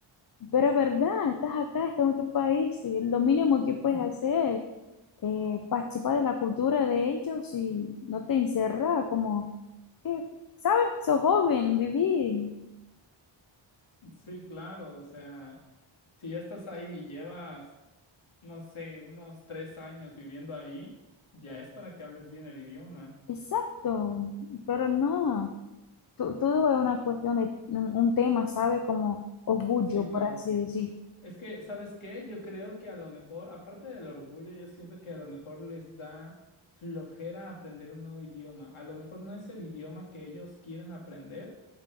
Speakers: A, on the left (about 45°); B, on the left (about 75°).
A: Pero es verdad, estás acá, estás en otro país. y Lo mínimo que puedes
B: <laughs>
A: hacer es participar de la cultura de ellos y no te encerrar, como, eh, ¿sabes? Sos joven, viví.
B: sí, claro, o sea, si ya estás ahí y llevas, no sé, unos tres años viviendo ahí, ya es para que hables bien el idioma.
A: Exacto, pero no, to- todo es una cuestión de un un tema, ¿sabe? Como orgullo,
B: Sí, claro.
A: por así decir.
B: Es que, ¿sabes qué? Yo creo que a lo mejor, aparte del orgullo, yo siento que a lo mejor les da flojera aprender un nuevo idioma. A lo mejor no es el idioma que ellos quieren aprender,